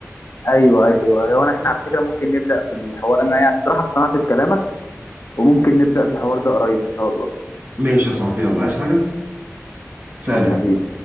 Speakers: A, on the left; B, on the right.
A: ايوه ايوه هو أنا- احنا على فكرة ممكن نبدأ في الحوار انا يعني الصراحة اقتنعت بكلامك وممكن نبدأ في الحوار ده قريب ان شاء الله
B: ماشي يا صاحبي يلا عايز حاجه سلام
A: حبيبي